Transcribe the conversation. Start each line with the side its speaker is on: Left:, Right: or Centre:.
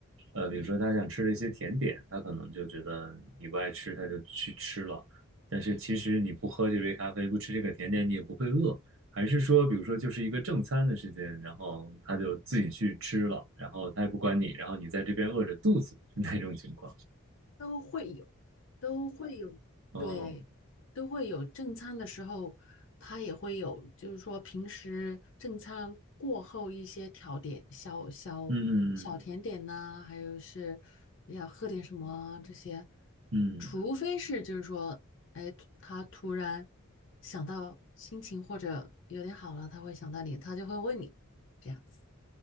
Right: 呃，比如说他想吃的一些甜点，他可能就觉得你不爱吃，他就去吃了。但是其实你不喝这杯咖啡，不吃这个甜点，你也不会饿。还是说，比如说就是一个正餐的时间，然后他就自己去吃了，然后他也不管你，然后你在这边饿着肚子，是那种情况。
Left: 都会有，都会有，
Right: 哦，
Left: 对，都会有正餐的时候，他也会有，就是说平时正餐过后一些调点，小小小甜点呐、
Right: 嗯嗯
Left: 还有是要喝点什么啊这些，
Right: 嗯
Left: 除非是就是说，哎，他突然想到心情或者有点好了，他会想到你，他就会问你这样。